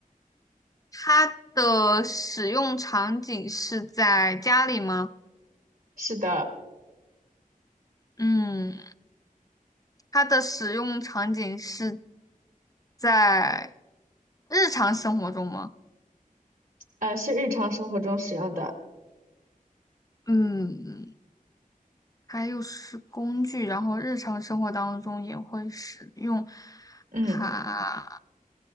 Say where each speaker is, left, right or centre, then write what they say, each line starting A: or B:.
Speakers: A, on the left; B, on the right.
A: 它的使用场景是在家里吗？
B: 是的，
A: 嗯，它的使用场景是在日常生活中吗？
B: 呃，是日常生活中使用的。
A: 嗯，还有是工具，然后日常生活当中也会使用
B: 嗯
A: 它。